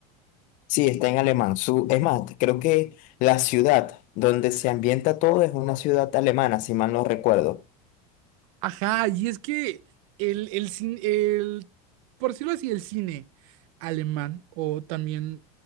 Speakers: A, on the left; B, on the right.
A: Sí, está en alemán. Su, es más, creo que la ciudad donde se ambienta todo es una ciudad alemana, si mal no recuerdo.
B: Ajá, y es que el, el, cin- el, por decirlo así, el cine alemán o también